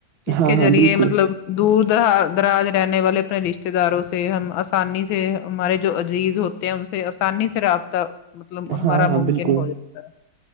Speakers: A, on the left (about 80°); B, on the right (about 80°).
A: اس
B: ہاں
A: کے ذریعے
B: ہاں بالکل
A: مطلب دور د دراز رہنے والے اپنے رشتے داروں سے ہم آسانی سے ہمارے جو عزیز ہو ان سے آسانی سے رابطہ مطلب ہمارا
B: ہاں ہاں
A: ممکن
B: بالکل
A: ہو جاتا ہے